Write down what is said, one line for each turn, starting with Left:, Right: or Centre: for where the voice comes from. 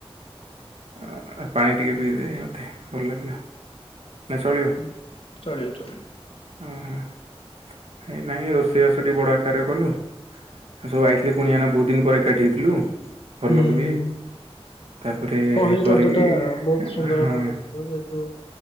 Right: ଅ ଅ ପାଣି ଟିକେ ପିଇଦିଏ ମତେ ଭଲ ଲାଗିବ। ନା ଚଳିବ।
Left: ହଁ ଚଳିବ ଚଳିବ।
Right: ଉହୁଁ ଏଇ ନାଇଁ ରୋଷେଇବାସଟିକେ ବଡ ଆକାରରେ କଲୁ। ସବୁ ଆଇଥିଲେ କୁଣିଆନା ବହୁତ ଦିନ ପରେ ଏକାଠି ହେଇଥିଲୁ। ଘର
Left: ହୁଁ
Right: ଲୋକ ବି
Left: ହୁଁ
Right: ତାପରେ
Left: ପହିଲି
Right: କରିକି
Left: ରଜ ଟା ବହୁତ ସୁନ୍ଦର
Right: ହଁ
Left: ଭାବେ କରୁଥିବ ଯେହେତୁ